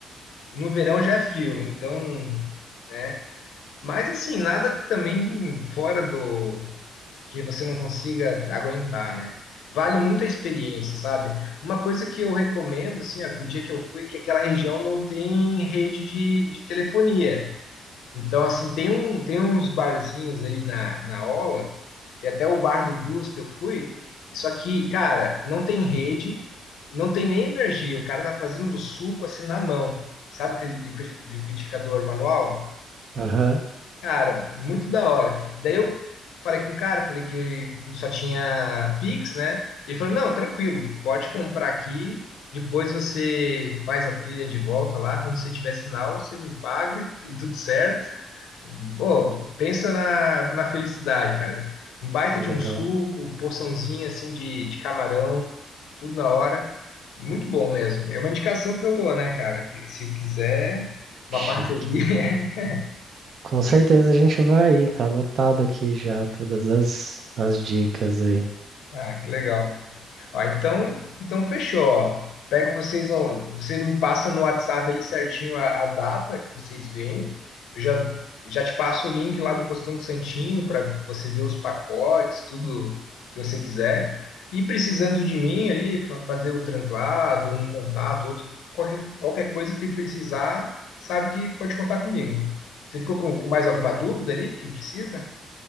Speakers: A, on the left; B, on the right.
A: no verão já é frio, então, né? Mas assim, nada também fora do que você não consiga aguentar, né? Vale muito a experiência, sabe? Uma coisa que eu recomendo, assim, ó, que o dia que eu fui, é que aquela região não tem rede de, de telefonia. Então, assim, tem, um, tem uns barzinhos ali na, na Ola, tem até o bar do Blues que eu fui, só que, cara, não tem rede, não tem nem energia, o cara tá fazendo o suco assim na mão. Sabe aquele liqui- liquidificador manual?
B: Aham,
A: Cara, muito da hora. Daí eu falei com o cara, falei que só tinha Pix, né? Ele falou: não, tranquilo, pode comprar aqui. Depois você faz a trilha de volta lá. Quando você tiver sinal, você me paga e tudo certo. Ô, pensa na, na felicidade, cara. Um baita
B: Legal,
A: de um suco, porçãozinha assim de, de camarão, tudo na hora. Muito bom mesmo. É uma indicação que eu dou, né, cara? Que Se quiser, uma
B: chique.
A: parceria. <laughs>
B: Com certeza a gente vai ir, tá anotado aqui já todas as, as dicas aí.
A: Ah, que legal. Ó, então, então fechou. Ó. Pego vocês, ó, você me passa no WhatsApp ali certinho a, a data que vocês vêm. Eu já, já te passo o link lá do Costão do Santinho para você ver os pacotes, tudo que você quiser. E precisando de mim ali, fa- fazer o translado, um contato, outro, qualquer, qualquer coisa que precisar, sabe que pode contar comigo. Você ficou com com mais alguma dúvida ali que precisa?